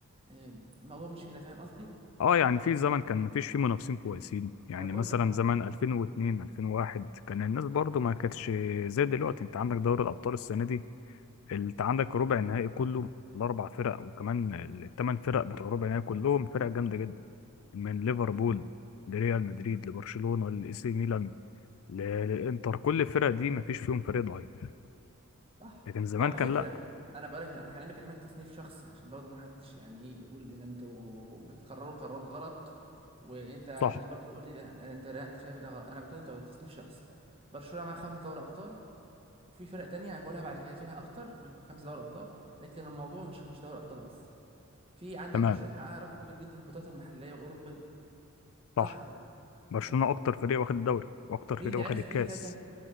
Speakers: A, on the right (about 25°); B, on the left (about 75°).
A: اه، الموضوع مش كده فاهم قصدي
B: اه يعني في زمن كان مفيش فيه منافسين كويسين
A: ما
B: يعني
A: انا بقول
B: مثلا
A: لك اه
B: زمن 2002 2001 كان الناس برضو ما كانتش زي دلوقتي انت عندك دوري الابطال السنة دي انت عندك ربع النهائي كله الاربع فرق وكمان الثمان فرق بتوع ربع النهائي كلهم فرق جامدة جدا من ليفربول لريال مدريد لبرشلونة لإي سي ميلان ل- للانتر كل الفرق دي ما فيش فيهم فريق ضعيف
A: صح
B: لكن زمان
A: وعلى
B: كان
A: فكرة
B: لا
A: انا بقول لك انا هنعمل كلمك تصنيف شخصي عشان برضه محدش يعني يجي يقول ان انتوا بتقرروا قرارات غلط وانت
B: صح
A: تيجي برضه تقول لي ده انت لا انت شايف ده غلط انا بتكلم تو- تصنيف شخصي برشلونة مع خمسة دوري ابطال وفي فرق تانية هقولها بعد كده فيها اكتر من خمسة دوري ابطال لكن الموضوع مش مش دوري ابطال بس في عندك
B: تمام
A: برشلونة محققة رقم كبير جدا في البطولات المحلية والأوروبية
B: صح
A: صح ولا لا
B: برشلونة
A: طيب
B: اكتر فريق واخد الدوري واكتر
A: مين
B: فريق
A: اللي
B: واخد
A: عرف
B: الكاس
A: التيكي تاكا